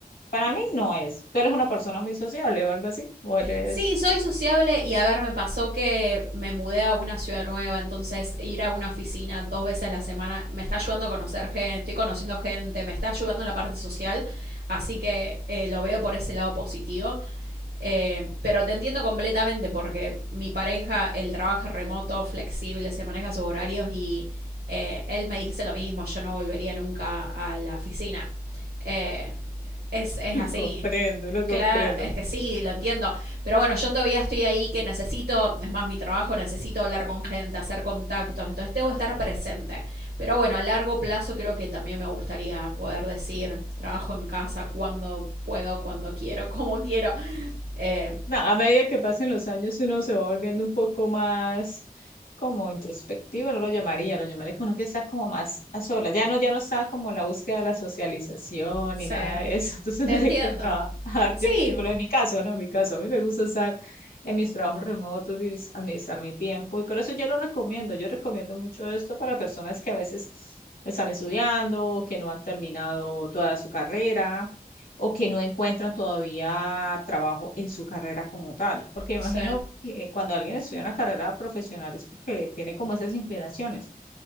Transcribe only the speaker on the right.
Sí, soy sociable y a ver, me pasó que me mudé a una ciudad nueva, entonces ir a una oficina dos veces a la semana me está ayudando a conocer gente, estoy conociendo gente, me está ayudando en la parte social, así que eh, lo veo por ese lado positivo. Eh, pero te entiendo completamente porque mi pareja, él trabaja remoto, flexible, se maneja sus horarios y eh, él me dice lo mismo, yo no volvería nunca a la oficina. Eh, es,
es
así.
Claro,
es que sí, lo entiendo. Pero bueno, yo todavía estoy ahí que necesito, es más mi trabajo, necesito hablar con gente, hacer contactos, entonces tengo que estar presente. Pero bueno, a largo plazo creo que también me gustaría poder decir, trabajo en casa cuando puedo, cuando quiero, <laughs> como quiero. Eh,
sí,
te
entiendo.
Sí,
sí.